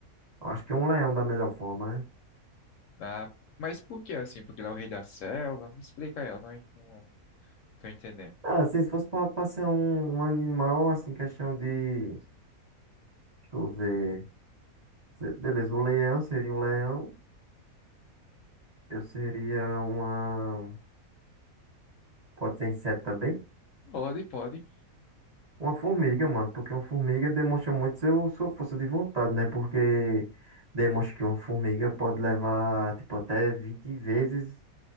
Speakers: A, on the right (about 30°); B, on the left (about 70°).
A: Eu acho que um leão da melhor forma, né?
B: Ah, mas por que assim? Porque ele é o rei da selva? Me explica aí, eu não, não tô entendendo.
A: Ah, assim, se fosse pra, pra ser um, um animal, assim, questão de. Deixa eu ver. Se- Beleza, um leão seria um leão. Eu seria uma. Pode ser inseto também?
B: Pode, pode.
A: Uma formiga, mano. Porque uma formiga demonstra muito seu, sua força de vontade, né? Porque demonstra que uma formiga pode levar, tipo, até 20 vezes